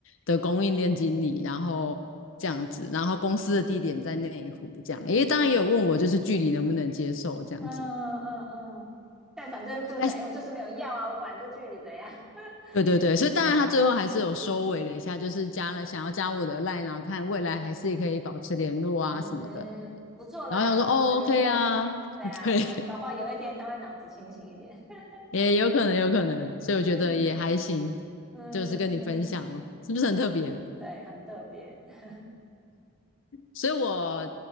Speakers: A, on the left; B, in the centre.
A: 的供应链经理，然后这样子，然后公司的地点在内湖这样，因为当然也有问我就是距离能不能接受这样子，
B: 嗯嗯嗯，但反正这个产业我就是没有要啊，
A: 大概是
B: 我管这距离怎样。<laughs>
A: 对对对，所以当然他最后还是有收尾了一下，就是加了想要加我的 line 啊，看未来还是可以保持联络啊什么的，
B: 嗯，不错啦，
A: 然后想说哦
B: 保持联络。
A: OK 啊，
B: 对啊，
A: <laughs> 对，
B: 对啊，搞不好有一天他会脑子清醒一点。<laughs>
A: 也有可能有可能，所以我觉得也还行，
B: 嗯嗯嗯，
A: 就是跟你分享了，是不是很特别？
B: 对，很特别。<laughs>
A: 所以我